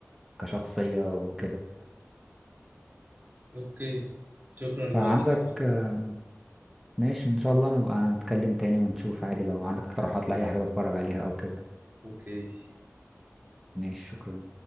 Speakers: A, in the centre; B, on the right.
A: كشخصية وكده
B: اوكي شكرا
A: فعندك
B: لوقتك يا محمد
A: آم، ماشي ان شاء الله نبقى نتكلم تاني ونشوف عادي لو عندك اقتراحات لأي حاجة تتفرج عليها او كده
B: اوكي
A: ماشي شكرا